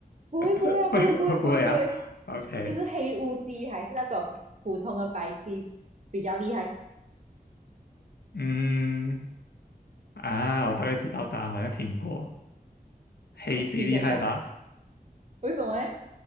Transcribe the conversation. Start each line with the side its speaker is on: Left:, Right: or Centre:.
Right: 不会不会啊，
Left: <laughs>？
Right: 不会不会不会不会，
Left: 会不会啊？OK，
Right: 就是黑乌鸡还是那种普通的白鸡比较厉害？
Left: 嗯啊，我大概知道答案，我好像听过。黑鸡厉害吧？
Right: 你讲看，为什么呢？